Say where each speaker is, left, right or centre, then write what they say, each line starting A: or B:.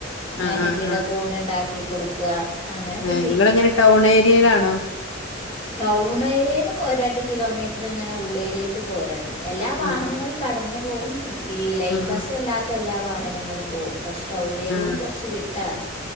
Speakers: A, on the left (about 30°); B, on the left (about 75°).
A: മെഹന്തിയുടെ
B: ആഹ് ആഹ് ആഹ്
A: കോൺ ഇണ്ടാക്കി കൊടുക്കുക അങ്ങനൊക്കെ
B: ഏഹ്
A: ചെയ്യും
B: ഇങ്ങളെങ്ങനെ ടൗൺ ഏരിയേലാണോ
A: ടൗൺ ഏരിയേന്ന് പോ രണ്ട കിലോമീറ്റർ ഇങ്ങനെ ഉള്ളേരിയേക്ക് പോരാണ് എല്ലാ വാഹനങ്ങളും
B: ഉം ഉം
A: കടന്നു പോകും ഈ ലൈൻ
B: ഉം
A: ബസ്സ്
B: ഉം
A: അല്ലാത്ത എല്ലാ വാഹനങ്ങളും പോവും പക്ഷെ ടൗൺ ഏരിയന്ന്
B: ആഹ്
A: കൊറച്ച് വിട്ടാണ്